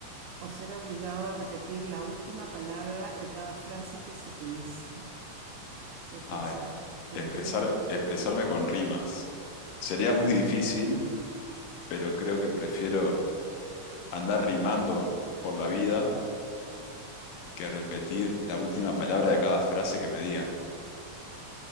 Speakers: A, on the right; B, on the left.
A: o ser obligado a repetir la última palabra de cada frase que se te dice? Ser
B: Ay,
A: forzado en
B: expresar,
A: rima.
B: expresarme con rimas. Sería muy difícil, pero creo que prefiero andar rimando por la vida que repetir la última palabra de cada frase que me digan.